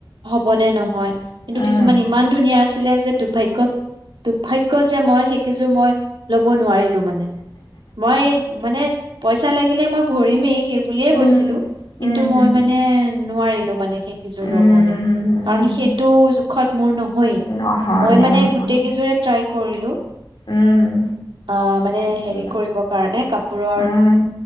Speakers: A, on the right; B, on the left.
A: হ'বনেে নহয়? কিন্তু
B: উম,
A: কিছুমান
B: উম,
A: ইমান ধুনীয়া আছে। ছিলে যে দুৰ্ভাগ্য। দুৰ্ভাগ্য যে মই <unintelligible> মই লব নোৱাৰিলো মানে মই মানে পইচা লাগিলে মই ভৰিমেই সেই বুলিয়ে গৈছিলো,
B: উম,
A: কিন্তু মই
B: হম, হম,
A: মানে নোৱাৰি <unintelligible> মানে সেইকেইযোৰ
B: উম,
A: ল'বলৈ কাৰণ সেইটো জোখত মোৰ নহয়েই,
B: নহ'লে
A: মই মানে
B: অ',
A: গোটেই কেইজোৰে ট্ৰাই কৰিলো।
B: উম,
A: অ', মানে হেৰি
B: উম,
A: কৰিব কাৰণে, কাপোৰৰ
B: উম,